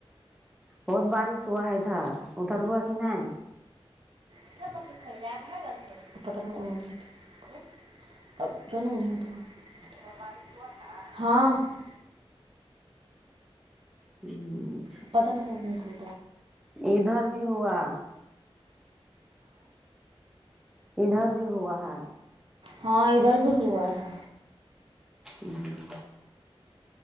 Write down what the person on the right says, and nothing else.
<unintelligible> ادھر بارش ہوا ہے تھا ہاں
<unintelligible> پتا نہیں
ہاں ادھر بھی ہوا ہے